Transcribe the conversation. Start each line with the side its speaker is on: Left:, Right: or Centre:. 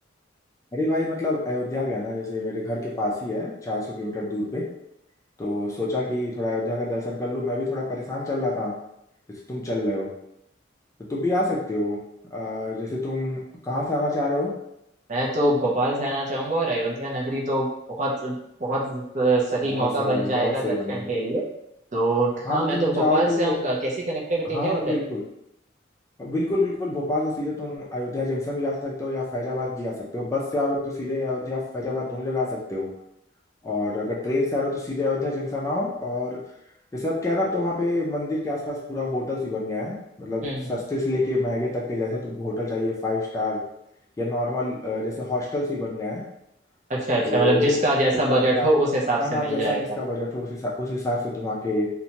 Left: अरे भाई मतलब अयोध्या गया था जैसे मेरे घर के पास ही है चार सौ किलोमीटर दूर पे तो सोचा कि थोड़ा अयोध्या का दर्शन कर लूँ मैं भी थोड़ा परेशान चल रहा था जैसे तुम चल रहे हो तो तुम भी आ सकते हो अ, जैसे तुम कहाँ से आना चाह रहे हो
Right: मैं तो भोपाल से आना चाहूंगा और अयोध्या नगरी तो बहुत बहुत सही
Left: बहुत
Right: मौका
Left: सही
Right: बन
Left: भाई
Right: जाएगा
Left: बहुत सही
Right: दर्शन
Left: बन गए
Right: के लिए तो
Left: हाँ
Right: हाँ
Left: तो
Right: मैं
Left: तुम
Right: तो भोपाल
Left: चाहो तो
Right: से आऊंगा कैसी कनेक्टिविटी
Left: हाँ
Right: है
Left: हाँ
Right: उधर
Left: बिल्कुल बिल्कुल बिल्कुल भोपाल से सीधे तुम अयोध्या जंक्शन भी आ सकते हो या फैजाबाद भी आ सकते हो बस से आओगे तो सीधे अयोध्या फैजाबाद दोनों जगह आ सकते हो और अगर ट्रेन से आ रहे हो तो सीधे अयोध्या जंक्शन आओ और जैसे आप कह रहे हो, अब तो वहाँ पे मंदिर के आसपास पूरा होटल्स ही बन गया है मतलब
Right: हम्म हम्म
Left: सस्ते से लेके महंगे तक के जैसे तुमको होटल चाहिए फाइव स्टार या नॉर्मल जैसे हॉस्टल्स ही बन गए हैं
Right: अच्छा अच्छा
Left: तो
Right: मतलब जिसका जैसा
Left: तुम वहाँ
Right: बजट
Left: पे आ
Right: हो उस हिसाब
Left: हाँ
Right: से
Left: हाँ
Right: मिल
Left: जैसा
Right: जाएगा
Left: जिसका बजट हो उस हिसाब उस हिसाब से तुम आके